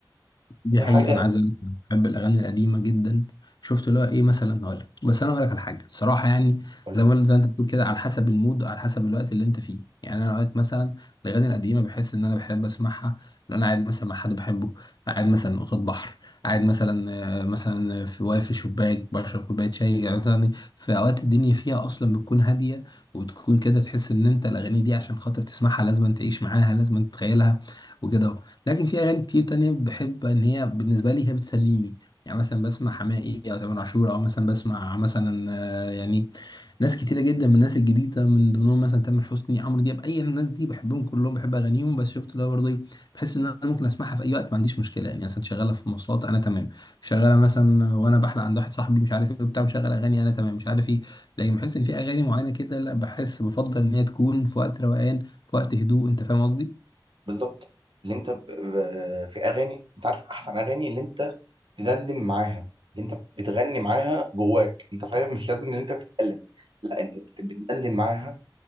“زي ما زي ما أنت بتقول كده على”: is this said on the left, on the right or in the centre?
Left